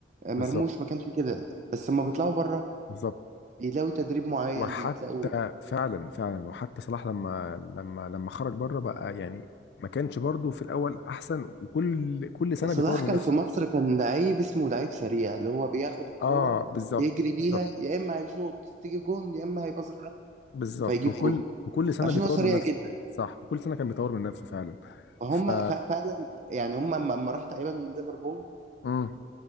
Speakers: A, on the right; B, on the left.
A: آه، مرموش
B: بالظبط
A: ما كانش كده بس لما بيطلعوا بره
B: بالظبط
A: بيلاقوا تدريب معين
B: وحتى
A: بيتلاقوا
B: فعلا فعلا وحتى صلاح لما لما لما خرج بره بقى يعني ما كانش برضه في الاول احسن وكل كل سنه
A: صلاح
B: بيطور
A: كان
B: من نفسه
A: في مصر كان لعيب اسمه لعيب سريع اللي هو بياخد الكورة
B: اه بالظبط
A: يجري بيها
B: بالظبط
A: يا إما هيشوط تيجي جون يا إما هيباصي لحد
B: بالظبط
A: فيجيب
B: وكل
A: جون
B: وكل سنه
A: عشان
B: بيطور
A: هو سريع
B: من نفسه
A: جدا
B: صح كل سنه كان بيطور من نفسه فعلا
A: فهم
B: ف
A: ف- فعلا يعني هم لما لما راح تقريبا ليفربول
B: امم